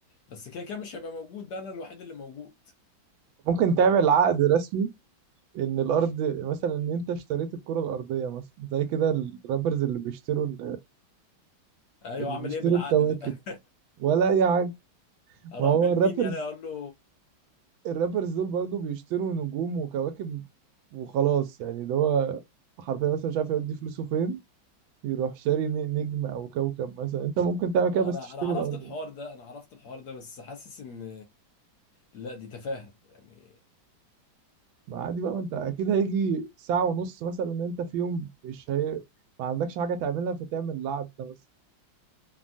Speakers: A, on the left (about 65°); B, on the right (about 80°).
A: بس كده كده مش هيبقى موجود ده انا الوحيد اللي موجود
B: ممكن تعمل عقد رسمي إن الأرض مثلا إن أنت اشتريت الكرة الأرضية مثلا زي كده الرابرز اللي بيشتروا ال-
A: ايوه
B: اللي
A: اعمل
B: بيشتروا
A: ايه بالعقد
B: الكواكب
A: ده
B: ولا أي حاجة
A: <laughs> اروح
B: ما هو
A: بيه لمين
B: الرابرز
A: يعني اقول له
B: الرابرز دول برضو بيشتروا نجوم وكواكب وخلاص يعني اللي هو حرفيا مثلا مش عارف يودي فلوسه فين يروح شاري ن- نجم أو كوكب مثلا أنت ممكن
A: <laughs>
B: تعمل كده
A: انا
B: بس تشتري
A: انا عرفت
B: الأرض
A: الحوار ده انا عرفت الحوار ده بس حاسس ان لا دي تفاهة يعني
B: ما عادي بقى ما انت اكيد هيجي ساعة ونص مثلا ان انت في يوم مش هي... ما عندكش حاجة تعملها فتعمل القعد ده بس